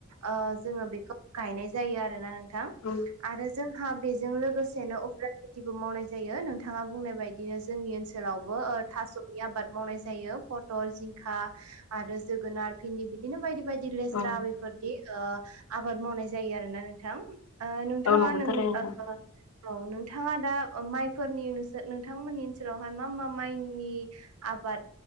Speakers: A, on the right (about 80°); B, on the left (about 70°).
A: ओ जोङो बेखौ गायनाय जायो आरोना नोंथां।
B: औ
A: आरो जोंहा बेजों लोगोसेनो उफ्रा बो मावनाय जायो नोंथाङा बुंनाय बायदिनो जोंनि ओनसोलावबो ओ थास' आबाद मावनाय जायो। पटल जिंखा आरो जोगोनार भिन्दि बिदिनो बायदि बायदि दि लेस्रा
B: औ
A: बेफोरदि आबाद मावनाय जायो आरो ना नोंथां। ओ नोंथाङा
B: नंगौ
A: नों
B: थारैनो
A: ओ
B: नोंथां
A: औ नोंथाङा दा माइफोरनि नोंसोर नोंथांमोननि ओनसोलावहाय मा मा माइनि आ आबाद